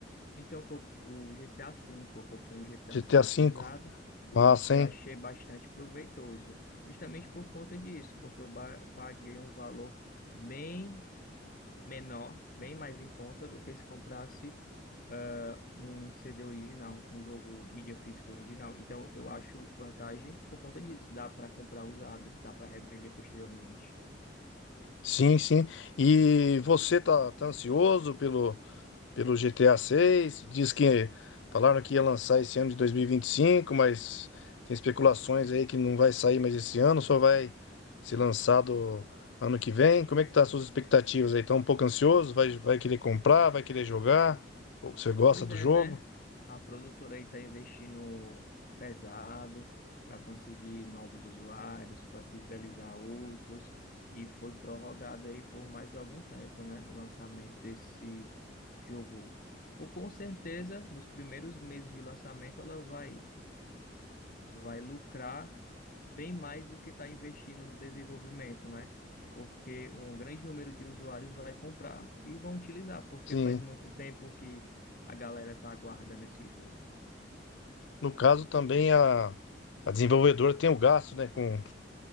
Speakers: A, on the left (about 50°); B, on the left (about 85°).
A: Então foi o GTA V, eu comprei o GTA
B: GTA
A: V
B: V?
A: usado
B: Massa,
A: e isso eu
B: hein?
A: achei bastante proveitoso, justamente por conta disso, porque eu ba- paguei um valor bem menor, bem mais em conta do que se comprasse ah, um CD original, um jogo mídia física original. Então eu acho vantagem por conta disso, dá para comprar usado, dá para revender posteriormente.
B: Sim, sim. E você tá, tá ansioso pelo, pelo GTA seis Diz que falaram que ia lançar esse ano de dois mil e e vinte e cinco mas tem especulações aí que não vai sair mais esse ano, só vai ser lançado ano que vem. Como é que tá as suas expectativas aí? Tá um pouco ansioso? Vai, vai querer comprar? Vai querer jogar? Você gosta
A: Pois
B: do
A: é,
B: jogo?
A: né? A produtora aí está investindo pesado para conseguir novos usuários, para fidelizar outros, e foi prorrogado aí por mais algum tempo, né? O lançamento desse jogo. Por, com certeza, nos primeiros meses de lançamento, ela vai, vai lucrar bem mais do que está investindo no desenvolvimento, né? Porque um grande número de usuários vai comprar e vão utilizar, porque
B: Sim.
A: faz muito tempo que a galera está aguardando esse jogo.
B: No caso, também a, a desenvolvedora tem o gasto, né, com,